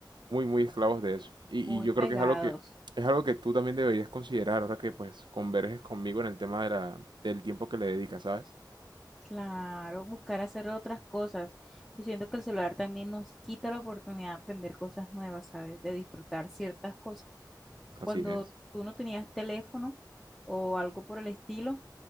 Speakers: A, on the right; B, in the centre.
A: muy, muy esclavos de eso. Y,
B: Muy
A: y yo
B: pegados.
A: creo que es algo que, es algo que tú también deberías considerar ahora que pues converges conmigo en el tema de la, del tiempo que le dedicas, ¿sabes?
B: Claro, buscar hacer otras cosas. Yo siento que el celular también nos quita la oportunidad de aprender cosas nuevas, ¿sabes? De disfrutar ciertas cosas.
A: Así
B: Cuando
A: es.
B: tú no tenías teléfono o algo por el estilo,